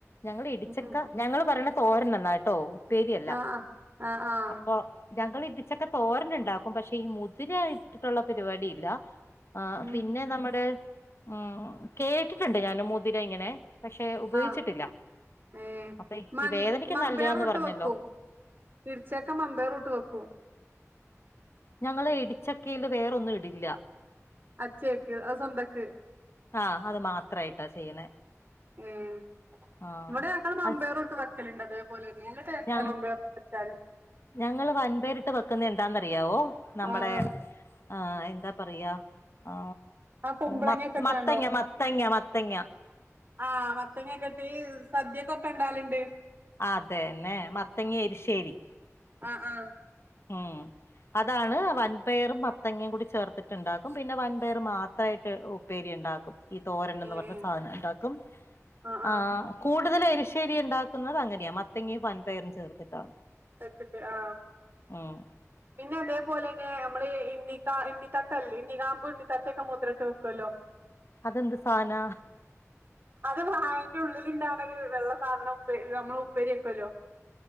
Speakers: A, on the left; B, on the right.
A: ഞങ്ങൾ ഇടിച്ചക്ക
B: ഉം
A: ഞങ്ങള് പറയ്ണ തോരൻന്നാട്ടോ ഉപ്പേരിയല്ല
B: ആഹ് ആഹ് ആഹ് ആഹ്
A: അപ്പൊ ഞങ്ങള് ഇടിച്ചക്ക തോരൻ ഇണ്ടാക്കും പക്ഷെ ഈ മുതിര ഇട്ടിട്ടുള്ള പരിപാടി ഇല്ല ആ
B: ഉം
A: പിന്നെ നമ്മുടെ ഉം കേട്ടിട്ടുണ്ട് ഞാന് മുതിര ഇങ്ങനെ പക്ഷെ ഉപയോഗിച്ചിട്ടില്ല
B: ആഹ് ഏഹ്
A: അപ്പ
B: മൺ
A: ഈ വേദനക്ക്
B: മമ്പേറൂട്ട്
A: നല്ലയാന്ന് പറഞ്ഞല്ലോ
B: വെക്കും ഇടിച്ചക്ക മമ്പേയറുംട്ട് വെക്കും
A: ഞങ്ങള് ഇടിച്ചക്കയില് വേറൊന്നും ഇടില്ല
B: അച്ചേയ്ക്ക് അത് സ്വന്തക്ക്
A: ആഹ് അത് മാത്രായിട്ടാ ചെയ്യണേ
B: ഉം
A: ആഹ്
B: ഇവിടെ ഞങ്ങൾ മംമ്പയറും
A: അച്
B: ഇട്ട് വെക്കല്ണ്ട് അതേപോലെ നല്ല ടേസ്റ്റാ
A: ഞ
B: മംമ്പയറുംട്ട് വെച്ചാല്
A: ഞങ്ങള് വൻപേരിട്ട് വെക്കുന്ന എന്താന്നറിയാവോ നമ്മടെ
B: ആഹ് ആഹ്
A: ആ എന്താ പറയാ ആ
B: ആ കുമ്പളങ്ങൊക്കെ
A: മത്ത
B: ഇട്ടാണ്ടോ
A: മത്തങ്ങ മത്തങ്ങ മത്തങ്ങ
B: ആഹ് മത്തങ്ങേക്ക് ഇട്ട് സദ്യകൊക്കെ ഇണ്ടാലുണ്ട്.
A: ആ അതെന്നെ മത്തങ്ങ എരിശ്ശേരി.
B: ആഹ് ആ.
A: ഉം. അതാണ് വൻപയറും പത്തങ്ങയും കൂടി ചേർത്തിട്ടുണ്ടാക്കും. പിന്നെ വൻപയർ മാത്രമായിട്ട് ഉ പേരി ഉണ്ടാക്കും. ഈ തോരൻ എന്ന്
B: ഏഹ്
A: പറഞ്ഞ സാധനം ഉണ്ടാക്കും.
B: ആഹ്
A: ആ
B: ആഹ്
A: കൂടുതല് എരിശേരി ഉണ്ടാക്കുന്നത് അങ്ങനെയാ. മത്തങ്ങേ വൻപയറും ചേർത്തിട്ടാണ്.
B: ത കിട്ട് ആ
A: ഉം.
B: പിന്നെ അതേപോലെ തന്നെ നമ്മള് ഇ ഇന്നി താ ഇന്നി തട്ടല്ല, ഇന്നി കാമ്പു ഇണ്ണി തട്ടക്കെ മുത് രീട്ടു വെക്കുമല്ലോ. <inaudible>
A: അതെന്ത് സാനാ?
B: അത് വാഴന്റെ ഉള്ളിൽ ഉണ്ടാവുന്ന ഒരു വെള്ള സാധനം, ഉപ്പേ നമ്മള് ഉപ്പേരിയക്കല്ലോ.